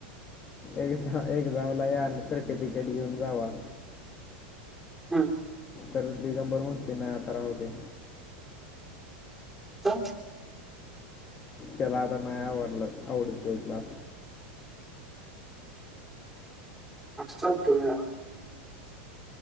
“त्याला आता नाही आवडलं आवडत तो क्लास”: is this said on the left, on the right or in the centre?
Left